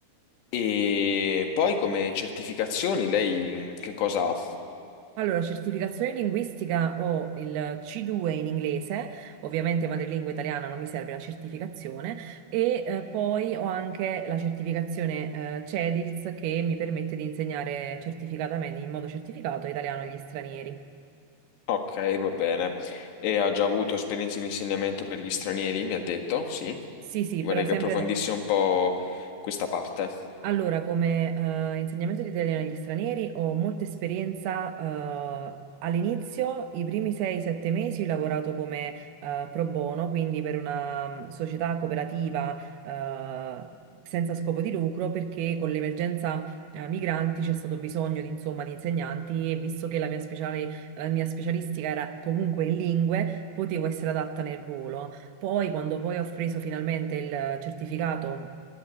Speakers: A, on the left; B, on the right.
A: E poi come certificazioni lei mm, che cosa ha?
B: Allora, certificazione linguistica ho il C2 in inglese, ovviamente madrelingua italiana non mi serve la certificazione, e eh, poi ho anche la certificazione eh, CEDILS che mi permette di insegnare certificatamente, in modo certificato, italiano agli stranieri.
A: Ok, va bene. E ha già avuto esperienze di insegnamento per gli stranieri, mi ha detto, sì.
B: Sì, sì,
A: Vorrei
B: però sempre
A: che approfondisse un po' questa parte.
B: Allora, come eh, insegnamento di italiano agli stranieri ho molta esperienza. eh, all'inizio, i primi 6-7 mesi, ho lavorato come eh, pro bono, quindi per una mm, società cooperativa eh, senza scopo di lucro, perché con l'emergenza eh, migranti c'è stato bisogno di, insomma, di insegnanti e visto che la mia speciale- la mia specialistica era comunque in lingue, potevo essere adatta nel ruolo. Poi, quando poi ho preso finalmente il certificato